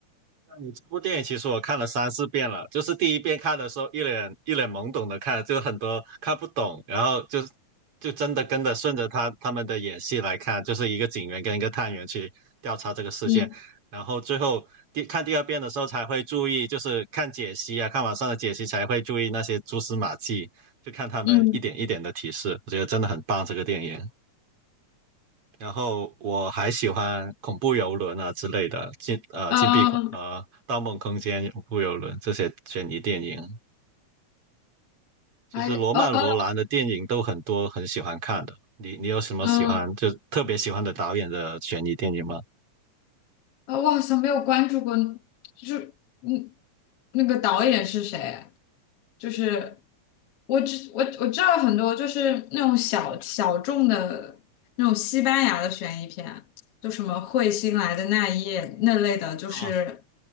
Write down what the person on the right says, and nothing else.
那你这部电影其实我看了三四遍了，就是第一遍看的时候一脸一脸懵懂的看，就很多看不懂，然后就就真的跟着顺着他他们的演戏来看，就是一个警员跟一个探员去调查这个事件，
然后最后第看第二遍的时候才会注意，就是看解析啊，看网上的解析才会注意那些蛛丝马迹，就看他们一点一点的提示，
我觉得真的很棒这个电影。然后我还喜欢恐怖游轮啊之类的，禁呃禁闭恐呃《盗梦空间》《恐怖游轮》这些悬疑电影。
其实罗曼·
罗兰的电影都很多，很喜欢看的。你你有什么喜欢就特别喜欢的导演的悬疑电影吗？
哦